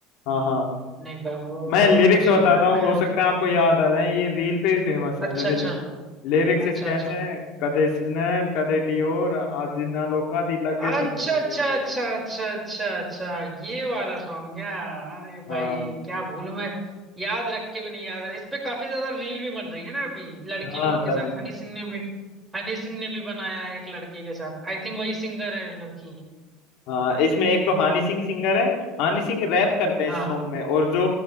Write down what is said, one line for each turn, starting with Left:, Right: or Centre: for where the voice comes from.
Left: हाँ हाँ
Right: नहीं भाई वो
Left: मैं
Right: वो
Left: लिरिक्स
Right: नहीं
Left: बताता
Right: सुना है मैं
Left: हूँ हो सकता है आपको याद आ जाए ये रील पे भी फेमस है
Right: अच्छा
Left: जैसे
Right: अच्छा
Left: लिरिक्स
Right: अच्छा
Left: इसके ऐसे
Right: अच्छा
Left: हैं कदे स्नेल कदे डियोर आज ना लोका दी लगे
Right: अच्छा
Left: दी इस
Right: अच्छा
Left: तरह।
Right: अच्छा अच्छा अच्छा अच्छा ये वाला सॉन्ग क्या अरे
Left: हाँ
Right: भाई क्या भूल मैं याद रख के भी नहीं याद रहा इस पे काफी ज्यादा रील भी बन रही है ना अभी लड़की
Left: हाँ
Right: लोगों के
Left: तभी
Right: साथ हनी सिंह ने भी हनी सिंह ने भी बनाया है एक लड़की के साथ आई थिंक वही सिंगर है लड़की
Left: हाँ इसमें एक तो हनी सिंह सिंगर है हनी सिंह रैप करते हैं
Right: हाँ
Left: इस सॉन्ग में और जो